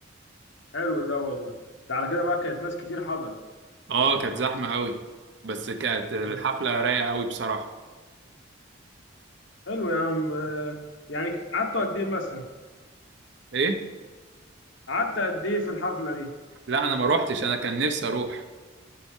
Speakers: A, on the left; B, on the right.
A: حلو ده والله ده على كده بقى كانت ناس كتير حضرت
B: اه كانت زحمة أوي بس كانت الحفلة
A: مم.
B: رايقة أوي بصراحة
A: حلو يا عم آه، يعني قعدتوا قد ايه مثلا
B: إيه؟
A: قعدت قد ايه في الحفلة دي
B: لا أنا ما روحتش أنا كان نفسي أروح